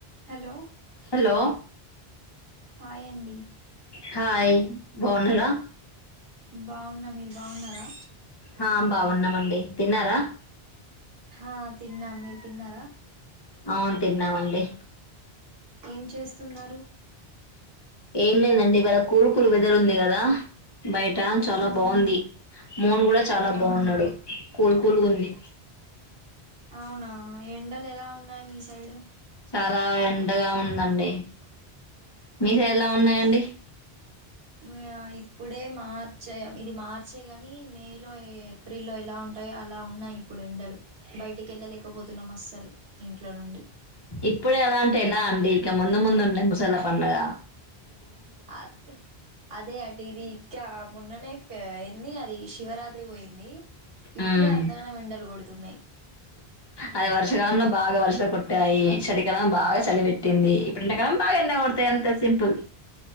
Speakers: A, on the right (about 65°); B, on the left (about 30°).
A: Hello
B: hello
A: హాయ్ండి
B: hi బాగున్నార
A: బాగున్న మీరు బాగున్నారా
B: ఆ బాగున్నామండి తిన్నారా
A: ఆ తిన్నాం మీరు తిన్నారా
B: అవును తిన్నావండి
A: ఏం చేస్తున్నారు
B: ఏం లేదండి ఇవాళ కూలుకులు వేద్దరు ఉంది కదా. బయట
A: మ్మ్
B: చాలా బాగుంది మోన్ కూడ్ చాలా
A: అవునా
B: బాగున్నాడు కూల్ కూల్ గుంది
A: అవునా ఎండలు ఎలా ఉన్నాయి మీ సైడ్
B: చాలా ఎండగా ఉందండి మీ సైడ్లా ఉన్నాయంండి
A: ఆ ఇప్పుడే మార్చ ఇది మార్చ కా కానీ మే లో ఏప్రిల్ లో ఇలా ఉం టయో అలా ఉన్నాయి ఇప్పుడు ఎండలు బయటికి వెళ్ళలేకపోతున్నాం అస్సలు ఇంట్లో నుండి.
B: ఇప్పుడే ఎలా అంటే ఎలా అండి ఇక ముందు ముందు ఉండే ముసాల పడుగ.
A: అ అదే అటిదికా మన్ననే ఏంది అది శివరాత్రి పోయింది ఇప్పుడే
B: ఉమ్
A: అంతగానం ఎండలు కొడుతున్నాయి
B: అదిే వర్షకాలంంలో బాగా వర్ష కొట్టాయి సలికాలం బాగా శలి పెెట్టింది. ఇప్పుడు ఎండాకాలం బాగా ఎండ కొడతాయి అంత సింపుల్.